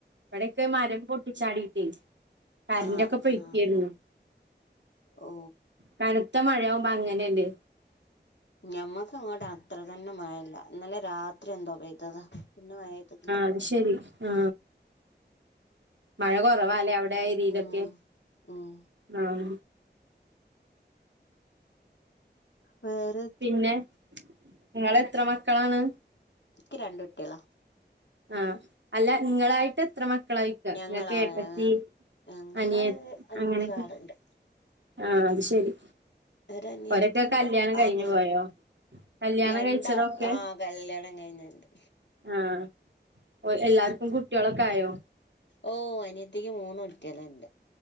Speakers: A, on the right; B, on the left.
A: ഇവിടൊക്കെ മരം പൊട്ടിചാടിട്ട് കറണ്ട്
B: ആഹ്
A: ഒക്കെ പൊയിക്കായിരുന്നു.
B: ആഹ് ഓ
A: കനത്ത മഴയാവുമ്പോ അങ്ങനെയല്ലേ?
B: ഞമ്മക്ക് ഇങ്ങോട്ട് അത്ര തന്നെ മഴ ഇല്ല. ഇന്നലെ രാത്രി എന്തോ പെയ്തതാ പിന്നെ മഴ പെയ്തിട്ടില്ല.
A: അഹ് ശെരി. ആഹ മഴ കുറവാലേ അവിടെ എരിലൊക്കെ?
B: ഉം ഉം
A: ആഹ
B: വേറെ
A: പിന്നെ നിങ്ങള് എത്ര മക്കളാണ്?
B: എനിക്ക് രണ്ട കുട്ടിളാ
A: ആഹ് അല്ല ഇങ്ങളായിട്ട് എത്ര മക്കളായിക്ക
B: ഞങ്ങളാ
A: ഇങ്ങക്ക് ഏട്ത്തി
B: ഞങ്ങ ഞങ്ങള്
A: അനിയത്
B: അഞ്ചാളുണ്ട്
A: അങ്ങനെയൊക്കെ ആഹ അത് ശരി.
B: ഒരനിയത്തിയും
A: ഒരൊക്കെ കല്യാണം കഴിഞ്ഞു
B: ആങ്ങളാരും
A: പോയോ കല്യാണം
B: രണ്ടാ
A: കഴിച്ചതൊക്കെ?
B: ആ കല്യാണം കഴിഞ്ഞതാ എന്റെ
A: ആഹ് ഓ എല്ലാർക്കും കുട്ടികളൊക്കെ ആയോ
B: ഓ അനിയത്തിക്ക് മൂന്ന് കുട്ടികള് ഇണ്ട്